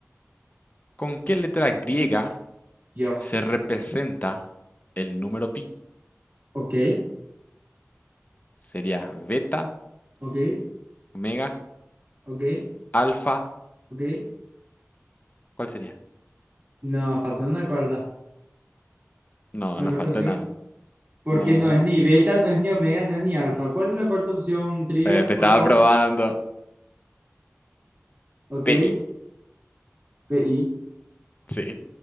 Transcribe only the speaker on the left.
¿Con qué letra griega
se representa el número pi?
¿Sería beta,
omega,
alfa?
¿Cuál sería?
No,
no
falta
nada.
No.
Eh, te estaba
probando.
P. I.
Sí.